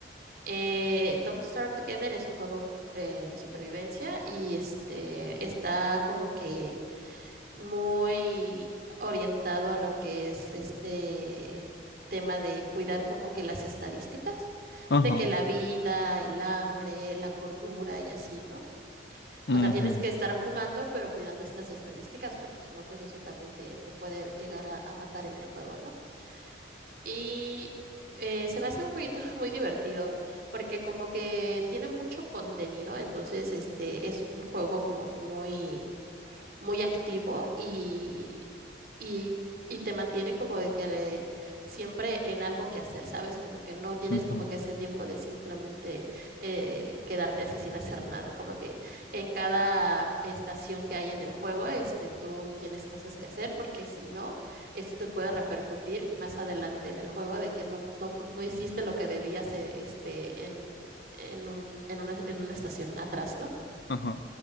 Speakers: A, on the right; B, on the left.
A: Eh, Don't Starve Together es un juego eh, de supervivencia y este está como que muy orientado a lo que es este tema de cuidar como que las estadísticas,
B: Ajá.
A: de que la vida, el hambre, la cordura y así, ¿no?
B: ujú,
A: O sea, tienes que estar jugando, pero cuidando estas estadísticas, porque si no, pues eso también te, te puede llegar a, a matar en el juego, ¿no? Y eh, se me hace un jueguito <laughs> muy divertido, porque como que tiene mucho contenido, entonces este es un juego como que muy muy activo y, y, y te mantiene como de que le- siempre en algo que hacer, ¿sabes? Como que no tienes
B: ujú,
A: como que ese tiempo de simplemente eh, quedarte así sin hacer nada, como que en cada estación que hay en el juego, este, tú tienes cosas que hacer porque si no, esto te puede repercutir más adelante en el juego de que no, no, pu- no hiciste lo que debías eh, este, en, en un- en una, en una estación atrás, ¿no?
B: Ajá.